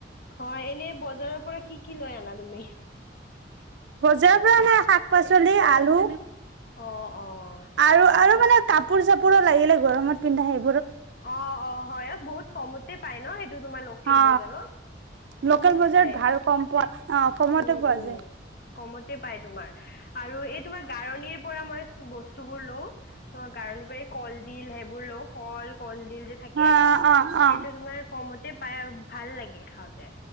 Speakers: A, on the left; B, on the right.
A: হয়। এনেই বজাৰৰ পৰা কি কি লৈ আনা তুমি?
B: বজাৰৰ পৰা নাই শাক পাচলি আলু।
A: অ অ
B: আৰু আৰু
A: হয়।
B: মানে কাপোৰ চাপোৰো লাগিলে গৰমত পিন্ধা সেই।
A: অ, অ, হয়। অ, বহুত কমতে পাই ন সেইটো তোমাৰ লোকেল
B: অ
A: বজাৰত। কমতে
B: লোকেল বজাৰত
A: পায়
B: ভাল কম পাত অ কমতে
A: উম
B: পোৱা
A: উম
B: যায়।
A: কমতে পাই তোমাৰ আৰু এই তোমাৰ গাৰণিৰ পৰা মই বস্ত গাৰণি কলডিল সেইবোৰ লওঁ কল, কলডিল তিল যে থাকে
B: অ অ অ
A: সেইটো তোমাৰ কমত পাই আৰু ভাল লাগে খাওঁতে।